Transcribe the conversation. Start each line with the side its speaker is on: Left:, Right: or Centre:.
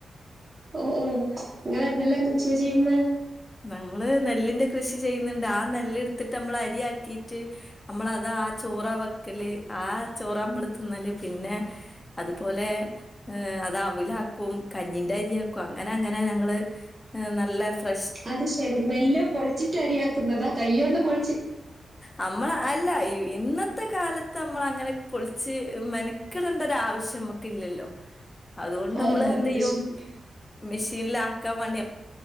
Right: ഓഹ് ഓഹ് ഇങ്ങൾ എന്തെല്ലാം കൃഷിയാ ചെയ്യുന്നെ
Left: നമ്മള് നെല്ലിന്റെ കൃഷി ചെയ്യുന്നുണ്ട് ആ നെല്ല് എടുത്തിട്ട് നമ്മള് അരിയാക്കിട്ട് നമ്മള് അത് ആ ചോറാ വെക്കല് ആ ചോറാ നമ്മള് തിന്നല് പിന്നെ അതുപോലെ അത് അവിലാക്കും കഞ്ഞിന്റെ അരിയാക്കും അങ്ങനെ അങ്ങനെ ഞങ്ങള് നല്ല ഫ്ര
Right: അത് ശെരി നെല്ല് പൊളിച്ചിട്ട് അരിയാക്കുന്നതാ കൈയ്യോണ്ട് പൊളി
Left: നമ്മൾ അല്ല ഇ ഇന്നത്തെ കാല തമ്മള് അങ്ങനെ പൊളിച്ച് മെനക്കടെണ്ട ഒരു ആവശ്യം മക്ക് ഇല്ലല്ലോ അതുകൊണ്ട്
Right: ആ
Left: നമ്മള്
Right: ആ,
Left: എന്ത്
Right: അത്
Left: ചെയ്യും
Right: ശരി
Left: മെഷീനിലാക്കാൻ വേണ്ടി